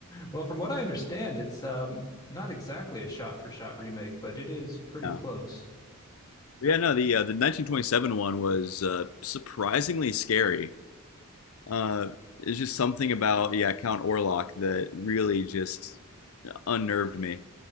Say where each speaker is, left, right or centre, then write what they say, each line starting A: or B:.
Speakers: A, on the left; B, on the left.
A: Well, from what I understand, it's um not exactly a shot for shot remake, but it is pretty
B: yeah,
A: close.
B: But yeah, no, the uh, the 1927 one was uh, surprisingly scary. Uh, it's just something about yeah Count Orlok that really just unnerved me.